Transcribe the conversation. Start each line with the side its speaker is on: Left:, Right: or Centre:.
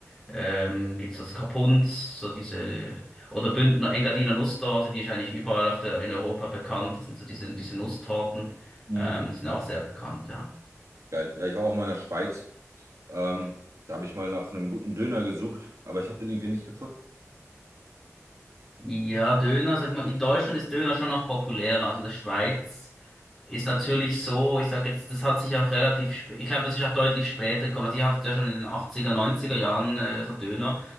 Centre: ähm, gibt's das Kapunz, so diese, oder Bündner, Engadiner Nusstorte, die ist eigentlich überall auf der, in Europa bekannt. Das sind so diese, diese Nusstorten,
Right: Hm.
Centre: ähm, die sind auch sehr bekannt, ja.
Right: Geil. Ja, ich war auch mal in der Schweiz. Ähm, da habe ich mal nach einem guten Döner gesucht, aber ich habe den irgendwie nicht gefunden.
Centre: Ja, Döner, sag mal, in Deutschland ist Döner schon noch populärer als in der Schweiz ist natürlich so, ich sag jetzt, das hat sich auch relativ spät, ich glaube, das ist auch deutlich später gekommen. Also ihr hattet ja schon in den achtziger, neunziger Jahren äh, so Döner.